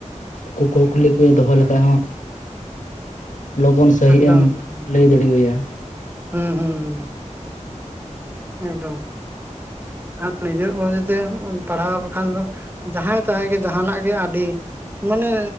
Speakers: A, on the left; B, on the right.
A: ᱠᱩ ᱠᱩ ᱠᱩᱞᱤ ᱠᱚ ᱫᱚᱦᱚᱸ ᱞᱮᱠᱷᱟᱡ ᱦᱚᱸ
B: <inaudible>
A: ᱞᱚᱜᱚᱱ ᱥᱟᱺᱦᱤᱡ
B: ᱮᱠᱫᱚᱢ
A: ᱮᱢ
B: ᱮᱠᱫᱚᱢ
A: ᱞᱟᱹᱭ ᱫᱟᱹᱲᱮᱭᱟ
B: ᱦᱩᱸ ᱦᱩᱸ ᱦᱩᱸ᱾ ᱮᱠᱫᱚᱢ ᱟᱨ ᱱᱤᱡᱮᱨ ᱢᱚᱱᱮ ᱛᱮ ᱯᱟᱲᱦᱟᱣ ᱞᱮᱠᱷᱟᱱ ᱫᱚ ᱡᱟᱦᱟᱸᱭ ᱛᱟᱦᱮᱸ ᱜᱮ ᱡᱟᱦᱟᱱᱟᱜ ᱜᱮ ᱟᱹᱰᱤ ᱢᱟᱱᱮ